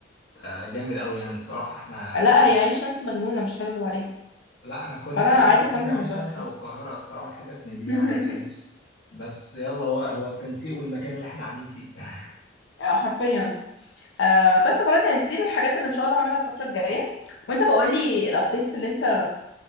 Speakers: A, on the left; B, on the left.
A: ده جامد قوي يعني الصراحه احنا
B: لا
A: عن...
B: هي عين شمس مجنونه مش هكذب عليك
A: لا انا كنت
B: فانا
A: نفسي
B: عايزه
A: اجي على
B: اكمل
A: فكره عين
B: مذاكره
A: شمس او القاهره الصراحه الحتت من
B: <laughs>
A: دي يعني كان نفسي بس يلا هو هو التنسيق والمكان اللي احنا قاعدين فيه <laughs>
B: آه، حرفيا آه بس خلاص يعني دي الحاجات اللي ان شاء الله هعملها الفتره الجايه وانت بقول لي الابديتس اللي انت